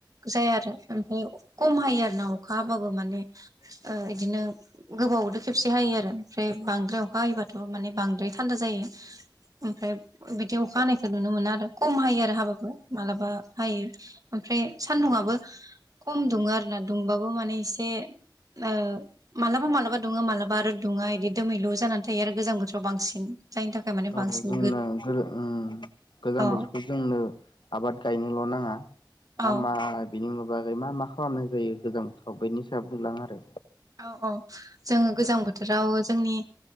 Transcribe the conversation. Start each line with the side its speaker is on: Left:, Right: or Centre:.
Right: जाया आरो ओमफ्राय कम हायो आरोना अखा हाबाबो माने ओ इदिनो गोबावदो खेबसे हायो आरो ओमफ्राय बांद्राय अखा हायोबाथ' माने बांद्राय थान्दा जायो। ओमफ्राय बिदि अखा हानायखौ नुनो मोना आरो कम हायो आरो हाबाबो मालाबा हायो ओमफ्राय सान्दुंआबो खम दुङो आरो ना दुंबाबो माने एसे ओ मालाबा मालाबा दुङो मालाबा आरो दुङा इदि दोमैलु जानानै थायो आरो गोजां बोथोराव बांसिन। जायनि थाखाय माने
Left: औ
Right: बांसिन
Left: जोंना गोजां
Right: औ
Left: बोथोरखौ जोंनो आबाद गायनोल' नाङा
Right: औ
Left: मा मा बिनि उन बागै मा मा खालामनाय जायो गोजां बोथोराव बेनि सायाव बुंलां आरो।
Right: औ औ जों गोजां बोथोराव जोंनि